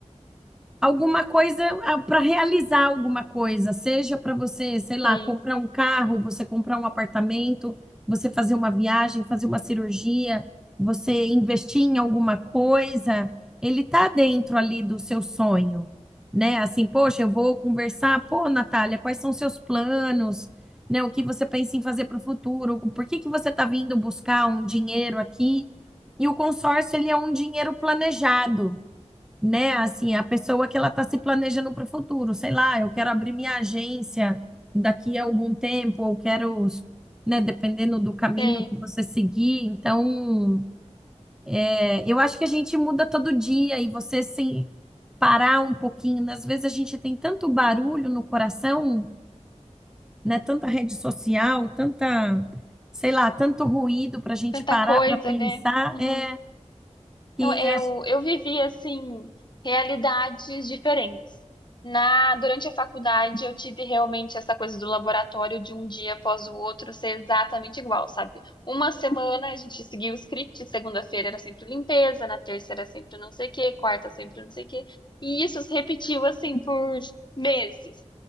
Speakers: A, in the centre; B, on the left (about 40°).
A: alguma coisa para realizar alguma coisa, seja para você, sei lá,
B: tem.
A: comprar um carro, você comprar um apartamento, você fazer uma viagem, fazer uma cirurgia, você investir em alguma coisa, ele tá dentro ali do seu sonho, né? Assim, poxa, eu vou conversar, pô, Natália, quais são seus planos? Né, o que você pensa em fazer para o futuro? Por que que você tá vindo buscar um dinheiro aqui? E o consórcio, ele é um dinheiro planejado né? Assim, a pessoa que ela está se planejando para o futuro, sei lá, eu quero abrir minha agência daqui a algum tempo, ou quero, né, dependendo do caminho
B: Tem.
A: que você seguir. Então, é, eu acho que a gente muda todo dia e você se parar um pouquinho. né? Às vezes a gente tem tanto barulho no coração, né? Tanta rede social, tanta, sei lá, tanto ruído para a gente
B: Tanta
A: parar
B: coisa,
A: para pensar,
B: né? Uhum.
A: é que
B: Eu, eu,
A: acho-
B: eu vivi, assim, realidades diferentes. Na, durante a faculdade, eu tive realmente essa coisa do laboratório de um dia após o outro ser exatamente igual, sabe? Uma semana a gente seguia o script, segunda-feira era sempre limpeza, na terça era sempre não sei o quê, quarta sempre não sei o quê. E isso se repetiu, assim, por meses,